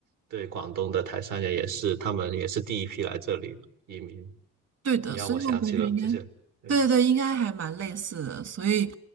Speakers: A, on the right; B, on the right.
A: 对，广东的台山人也是，他们也是第一批来这里移民。
B: 对的，
A: 你让我想起了这些，
B: 所以我感觉应该，
A: 对。
B: 对对对，应该还蛮类似的。所以，